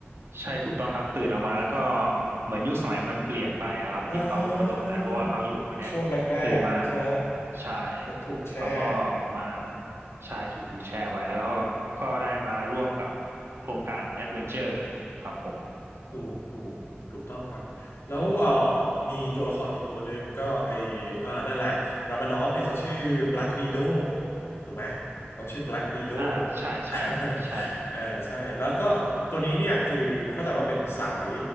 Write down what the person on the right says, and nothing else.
ใช่ถูกต้องครับตื่นออกมาแล้วก็เหมือนยุคสมัยมันเปลี่ยนไปอะครับที่เขาเขาตกใจเพราะว่าเขาอยู่เนี่ย
ตื่นมาใช่
เขาก็มา
ใช่ถูกถูกแชร์ไว้แล้วเขาก็ได้มาร่วมกับโครงการแอดเวนเจอร์ครับผม
อ่าใช่ใช่ใช่